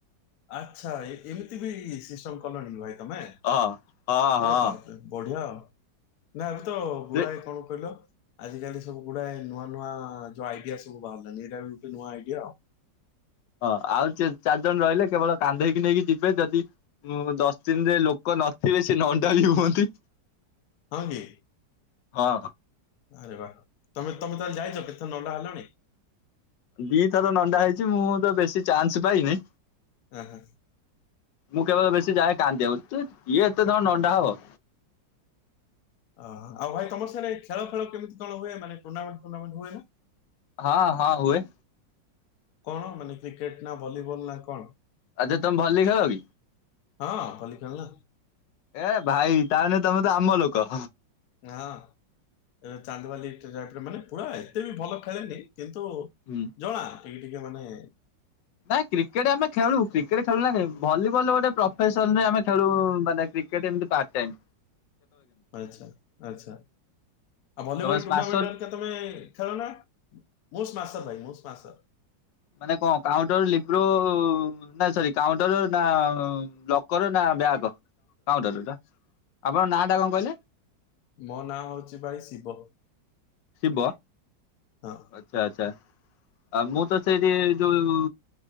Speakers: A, on the left; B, on the left.
A: ଆଚ୍ଛା, ଏମିତି ବି ସିଷ୍ଟମ କଲଣିି ଭାଇ। ତମେ,
B: ହଁ ହଁ ହଁ
A: ଏ ବାପରେ ବଢିଆ ନା ଏବେତ,
B: ସେ
A: ଗୁଢାଏ କଣ କହିଲ ଆଜିକାଲି ସବୁ ଗୁଡାଏ ନୂଆନୂଆ ଯୋଉ ଆଇଡିଆ ସବୁ ବାହାରିଲାଣିି, ଏଇଟାବି ଗୋଟେ ନୂଆଆଇଡିଆ ଆଉ।
B: ହଁ, ଆଉ ଚାରିଜଣ ରହିଲେ କେବଳ କାନ୍ଧେଇକି ନେଇକି ଜି ବେ ଯଦି, ଦଶଦିନରେ ଲୋକ ନଥିବେ ସେ ନଣ୍ଡାବି ହୁଅନ୍ତି।
A: ହଁ କି
B: ହଁ
A: ଆରେ ବା, ତମେତମେ ତାହେଲେ ଯାଇଚ କେତେଥର ନଣ୍ଡାହେଲଣି।
B: ଦିଥର ନଣ୍ଡା ହେଇଛି ମୁଁ ତ ବେଶୀ ଚାନ୍ସ ପାଇନି।
A: ହୁଁ ହୁଁ
B: ମୁଁ କେବଳ ବେଶୀଯାଏ କାନ୍ଦିବାକୁ, ତୁ କିଏ ଏତେଥର ନଣ୍ଡାହବ।
A: ଓ, ଆଉ ଭାଇ ତମର ସିଆଡେ ଖେଳଫେଳ କେମିତିକଣ ହୁଏ, ମାନେ ଟୁର୍ଣ୍ଣାମେଣ୍ଟଫୂର୍ନାମେଣ୍ଟ ହୁଏନା।
B: ହଁ ହଁ ହୁଏ
A: କଣ, ମାନେ କ୍ରିକେଟ ନା ଭଲିବଲ ନା କଣ?
B: ଆଚ୍ଛା, ତମେ ଭଲି ଖେଳ କି?
A: ହଁ ଭଲି ଖେଳନା
B: ଏ ଭାଇ ତାହଲେ ତମେତ ଆମଲୋକ।
A: ହଁ ଚାନ୍ଦବାଲି <unintelligible> ମାନେ ପୁରା ଏତେବି ଭଲଖେଳେନି। କିନ୍ତୁ,
B: ହୁଁ
A: ଜଣା ଟିକେଟିକେ ମାନେ
B: ନାଇଁ କ୍ରିକେଟ ଆମେ ଖେଳୁ, କ୍ରିକେଟ ଖେଳୁନା କାଇଁ, ଭଲିବଲ ଗୋଟେ ପ୍ରଫେସନରେ ଆମେ ଖେଳୁ ମାନେ କ୍ରି କ୍ରିକେଟ ଏମତି ପାର୍ଟପାଇମ୍।
A: ଆଚ୍ଛା, ଆଚ୍ଛା। ଆଉ ଭଲିବଲ
B: ତମେ ସ୍ମାସର
A: ଟୁର୍ଣ୍ଣାମେଣ୍ଟ ତମେ ଖେଳନା, ମୁଁ ସ୍ମାସ ଭାଇ ମୁଁ ସ୍ମାସ
B: ମାନେକଣ କାଉଟର, ଲିବ୍ରୋ ନା ସରି କାଉଣ୍ଟର ନା ଲକର ନା ବ୍ୟାଗ, କାଉଣ୍ଟର ଆପଣ ନା ଟା କଣ କହିଲେ?
A: ମୋ ନାଁ ହଉଛି ଭାଇ ଶିବ।
B: ଶିବ
A: ହଁ
B: ଆଚ୍ଛା ଆଚ୍ଛା ଆଉ ମୁଁ ତ ସେଇଠି ଯୋଉ